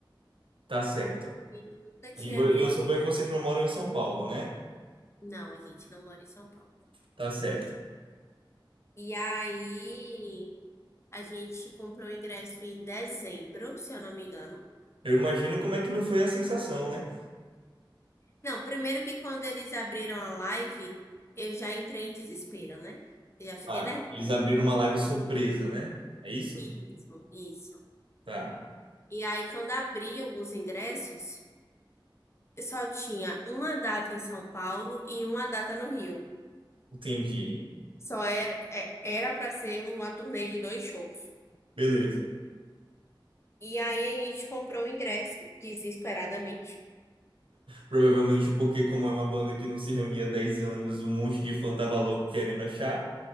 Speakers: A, on the right (about 85°); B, on the left (about 30°).
A: tá certo.
B: A gente nunca tinha
A: E vo-
B: viajado.
A: eu suponho que vocês não moram em São Paulo, né?
B: Não, a gente não mora em São Paulo.
A: Tá certo.
B: E aí a gente comprou o ingresso em dezembro, se eu não me engano.
A: Eu imagino como é que não foi a sensação, né?
B: Não, primeiro que quando eles abriram a live, eu já entrei em desespero, né? Eu já fiquei
A: Ah,
B: nervosa.
A: eles abriram uma live surpresa, né? É isso?
B: Isso, isso.
A: Tá,
B: E aí quando abriu os ingressos. só tinha uma data em São Paulo e uma data no Rio.
A: entendi.
B: Só era é, era para ser uma turnê de dois shows.
A: Beleza.
B: E aí a gente comprou o ingresso desesperadamente.
A: Provavelmente porque, como é uma banda que não se reunia há 10 anos, um monte de fã tava louco querendo achar.